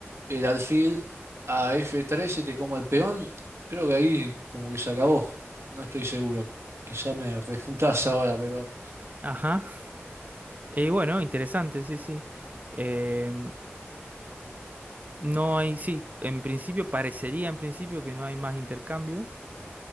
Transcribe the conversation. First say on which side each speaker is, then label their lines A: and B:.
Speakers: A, on the right (about 80°); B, on the right (about 40°).
A: el alfil a f tres y te como el peón, creo que ahí como que se acabó. No estoy seguro. Quizá me refutás ahora, pero...
B: Ajá. Y bueno, interesante, sí, sí. Eh, no hay, sí, en principio parecería en principio que no hay más intercambio,